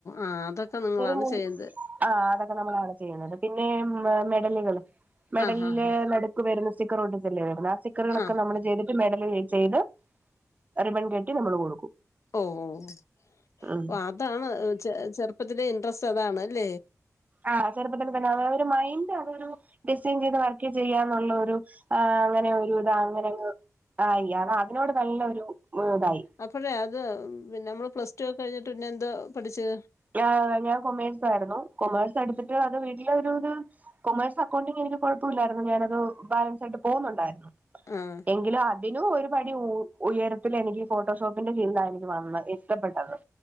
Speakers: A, on the left; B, on the right.
A: ആഹ് അതൊക്കെ നിങ്ങളാണ്
B: മൂ
A: ചെയ്യെണ്ടത്
B: ആഹ് അതൊക്കെ നമ്മളാണ് ചെയ്യ്ണത് പിന്നെ മെഡലുകള് മെഡൽല്ലേ
A: ആഹ് ആഹ് ആഹ്
B: മേ ക് വെരുന്ന് സ്റ്റിക്കറോട്ടിചെല്ലേ വെര്ന്നേ ആസ്റ്റിക്കറുകളോക്കെ
A: ആഹ്
B: നമ്മള് ചെയ് മെഡല് ചെയ്ത് റിബൺ കെട്ടി നമ്മള് കൊടുക്കും
A: ഓഹ്
B: ഉം
A: അതാണ് ചെറുപ്പത്തിലെ ഇൻട്രസ്റ്റ് അതാണ്ല്ലേ
B: ആഹ് ചെറുപ്പത്തില് തന്നെ അവ ഒരു മൈന്റ് ആഹ് ഒരു ഡിസൈൻ ചെയ്ത് വർക്ക് ചെയ്യാന്നുള്ള ഒരു അങ്ങനെ ഒരു ഇതാ അങ്ങനെ അങ്ങ് ആയി ആഹ് അതിനോട് നല്ലൊരു ഇതായി
A: അപ്പോഴേ അത് പിന്നെ നമ്മള് പ്ലസ് ടു ഒക്കെ കഴിഞ്ഞിട്ട് പിന്നെ എന്തോ പഠിച്ചെ?
B: ഞാ ഞാൻ കൊമേഴ്സ് ആയിര്ന്നു കൊമേഴ്സ് എട്ത്തിട്ട് അത് വീട്ടിലെ ഒരുത് കൊമേഴ്സ് അക്കൗണ്ടിംഗ് എനിക്ക് കോഴപ്പല്ലായിരുന്നു ഞാനത് ബാലൻസ് ആയിട്ട് പോവുന്നുണ്ടായിരുന്നു
A: ആഹ്
B: എങ്കിലും അതിനും ഒരുപടി ഉയരത്തിലാ എനിക്ക് ഫോട്ടോഷോപ്പിന്റെ ചിന്താ എനിക്ക് വന്ന ഇഷ്ടപ്പെട്ടത്